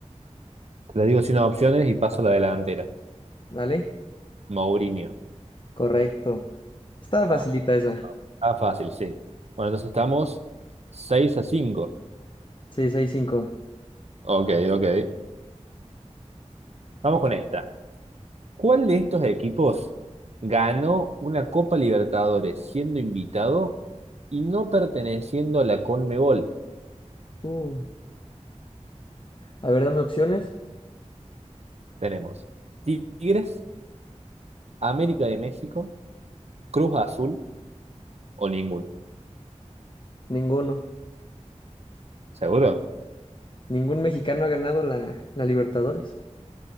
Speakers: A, on the right (about 60°); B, on the left (about 45°).
A: Te le digo sin opciones y paso a la delantera.
B: ¿Dale?
A: Mourinho.
B: Correcto. Estaba
A: Vamos.
B: facilita esa.
A: vamos. Ah, fácil, sí. Bueno, entonces estamos seis a cinco.
B: Sí, Seis 6 cinco.
A: Ok, ok. Vamos con esta. ¿Cuál de estos equipos ganó una Copa Libertadores siendo invitado y no perteneciendo a la CONMEBOL?
B: Uy. A ver, dame opciones.
A: Tenemos Tigres, América de México, Cruz Azul o ninguno.
B: Ninguno.
A: ¿Seguro?
B: Ningún mexicano ha ganado la, la Libertadores.